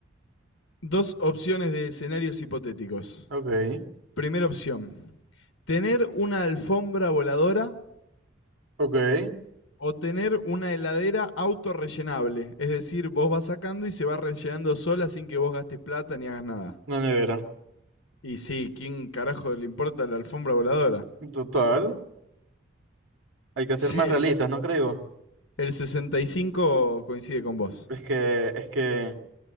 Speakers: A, on the left (about 80°); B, on the right (about 70°).
A: dos opciones de escenarios hipotéticos.
B: Ok,
A: Primera opción, tener una alfombra voladora
B: ok.
A: o tener una heladera autorrellenable. Es decir, vos vas sacando y se va rellenando sola sin que vos gastes plata ni hagas nada.
B: Una nevera.
A: Y sí, ¿quién carajo le importa la alfombra voladora?
B: Total. Hay que ser
A: <laughs>
B: más
A: El,
B: realistas, ¿no creo?
A: El 65 coincide con vos.
B: Es que, es que,